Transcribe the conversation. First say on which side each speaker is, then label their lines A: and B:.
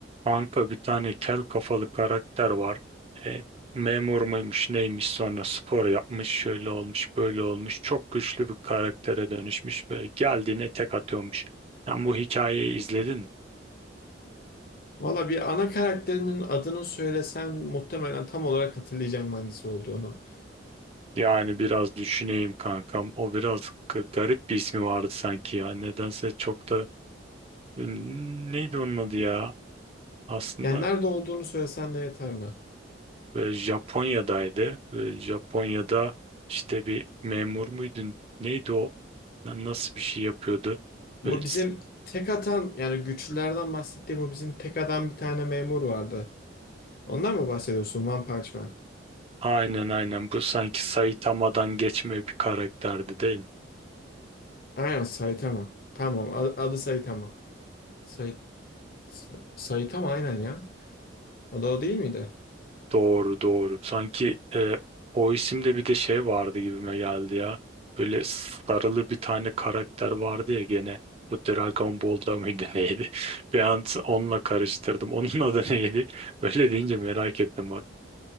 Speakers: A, on the right (about 30°); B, on the left (about 50°).
A: Kanka bir tane kel kafalı karakter var. E, memur muymuş neymiş sonra spor yapmış şöyle olmuş böyle olmuş. Çok güçlü bir karaktere dönüşmüş ve geldiğine tek atıyormuş. Sen bu hikayeyi izledin mi?
B: Valla bir ana karakterinin adını söylesen muhtemelen tam olarak hatırlayacağım hangisi olduğunu.
A: Yani biraz düşüneyim kankam. O biraz g- garip bir ismi vardı sanki ya. Nedense çok da Hmm, neydi onun adı ya? Aslında
B: Yani nerede olduğunu söylesen de yeterli.
A: e, Japonya'daydı. E, Japonya'da işte bir memur muydun? Neydi o? Lan Nasıl bir şey yapıyordu?
B: Bu
A: Böyle,
B: bizim
A: s-
B: tek atan yani güçlülerden bahsettiğim bu bizim tek atan bir tane memur vardı. Ondan mı bahsediyorsun One Punch Man?
A: aynen aynen bu sanki Saitama'dan geçme bir karakterdi değil mi?
B: Aynen Saitama. Tamam a- adı Saitama. Say Sa- Saitama aynen ya. O da o değil miydi?
A: Doğru doğru. Sanki e, o isimde bir de şey vardı gibime geldi ya. Böyle sarılı bir tane karakter vardı ya gene. Bu Dragon Ball'da mıydı <laughs> neydi? Bir an onunla karıştırdım. Onun adı neydi? Böyle deyince merak ettim.